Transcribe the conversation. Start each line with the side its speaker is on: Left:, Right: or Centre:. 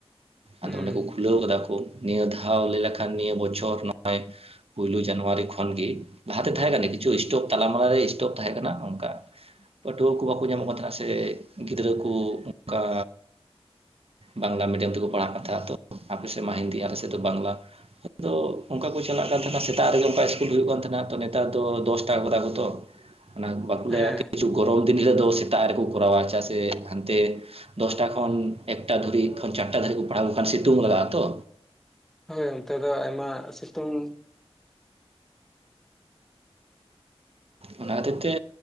Centre: ᱦᱩᱸ
Right: ᱟᱫᱚ ᱚᱸᱰᱮ ᱠᱚ ᱠᱷᱩᱞᱟᱹᱣ ᱠᱟᱫᱟ ᱠᱚ ᱱᱤᱭᱟᱹ ᱫᱷᱟᱣ ᱞᱮ ᱞᱮᱠᱷᱟᱱ ᱱᱤᱭᱟᱹ ᱵᱚᱪᱷᱚᱨ ᱱᱚᱜ-ᱚᱭ ᱯᱳᱭᱞᱳ ᱡᱟᱱᱩᱣᱟᱨᱤ ᱠᱷᱚᱱᱜᱮ ᱞᱟᱦᱟ ᱛᱮ ᱛᱟᱦᱮᱸ ᱠᱟᱱᱟ ᱠᱤᱪᱷᱩ ᱥᱴᱚᱯ ᱛᱟᱞᱟ ᱢᱟᱞᱟ ᱨᱮ ᱥᱴᱚᱯ ᱛᱟᱦᱮᱸ ᱠᱟᱱᱟ ᱚᱝᱠᱟ ᱯᱟᱹᱴᱷᱩᱣᱟᱹ ᱠᱚ ᱵᱟᱠᱚ ᱧᱟᱢᱚᱜ ᱠᱟᱱ ᱛᱟᱦᱮᱸ ᱱᱟᱥᱮ ᱜᱤᱫᱽᱨᱟᱹ ᱠᱩ ᱚᱝᱠᱟ ᱵᱟᱝᱞᱟ ᱢᱤᱰᱤᱭᱟᱢ ᱛᱮᱠᱚ ᱯᱟᱲᱦᱟᱜ ᱠᱟᱛᱷᱟ ᱛᱚ ᱟᱯᱮ ᱥᱮᱜ ᱢᱟ ᱦᱤᱱᱫᱤ ᱟᱞᱮ ᱥᱮᱫ ᱫᱚ ᱵᱟᱝᱞᱟ ᱟᱫᱚ ᱚᱝᱠᱟ ᱠᱚ ᱪᱟᱞᱟᱜ ᱠᱟᱱ ᱛᱟᱦᱮᱱᱟ ᱥᱮᱛᱟᱜ ᱨᱮᱜᱮ ᱚᱝᱠᱟ ᱤᱥᱠᱩᱞ ᱦᱩᱭᱩᱜ ᱠᱟᱱ ᱛᱟᱦᱮᱱᱟ ᱛᱚ ᱱᱮᱛᱟᱨ ᱫᱚ ᱫᱚᱥᱴᱟ ᱜᱚᱫᱟ ᱠᱚᱛᱚ ᱚᱱᱟ ᱵᱟᱠᱚ ᱞᱟᱹᱭᱟ
Centre: ᱦᱮᱸ
Right: ᱠᱤᱪᱷᱩ ᱜᱚᱨᱚᱵᱚᱢ ᱫᱤᱱ ᱦᱤᱞᱳᱜ ᱫᱚ ᱥᱮᱛᱟᱜ ᱨᱮᱠᱚ ᱠᱚᱨᱟᱣᱟ ᱪᱟᱜ ᱥᱮ ᱦᱟᱱᱛᱮ ᱫᱚᱥᱴᱟ ᱠᱷᱚᱱ ᱮᱠᱴᱟ ᱫᱷᱟᱨᱤᱜ ᱠᱷᱚᱱ ᱪᱟᱴᱴᱟ ᱫᱷᱟᱨᱤᱜ ᱠᱚ ᱯᱟᱲᱟᱣ ᱠᱚᱠᱷᱟᱱ ᱥᱤᱛᱩᱝ ᱞᱟᱜᱟᱜ ᱟᱛᱚ
Centre: ᱦᱳᱭ ᱚᱱᱛᱮ ᱫᱚ ᱟᱭᱢᱟ ᱥᱤᱛᱩᱝ
Right: ᱚᱱᱟ ᱠᱷᱟᱹᱛᱤᱨ ᱛᱮ